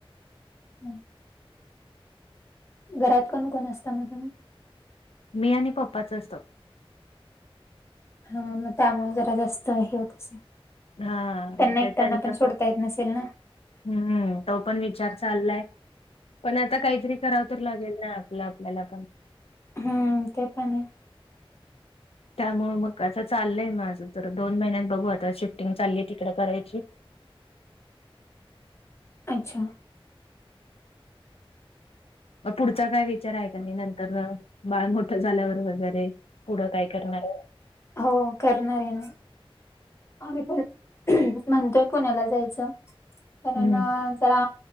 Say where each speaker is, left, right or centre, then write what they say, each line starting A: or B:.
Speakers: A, on the left; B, on the left.
A: हम् घरात कोण -कोण असता मग तुम्ही?
B: मी आणि पप्पाच असतो.
A: ह, मग त्यामुळे जरा जास्त हेच.
B: हा
A: त्यांना
B: मग ते
A: एकटयाना
B: त्यांचं
A: पण सोडता येत नसेल ना?
B: हम्म, तो पण विचार चाललाय, पण आता काहीतरी कराव तर लागेल ना. आपलं आपल्याला पण.
A: हम्म ते पण हाय.
B: त्यामुळ, मग असं चाललंय माझं, तर दोन महिन्यात बघू आता शिफ्टिंग चालली आहे तिकडे करायची.
A: अच्छा.
B: मग पुढचा काय विचार आहे का नाही नंतरन, बाळ मोठं झाल्यावर वगैरे, पुढं काय करणार हाय.
A: हो, करणार आहे ना. आम्ही पण, म्हणतोय पुण्याला जायचं, कारण
B: हम्म
A: जरा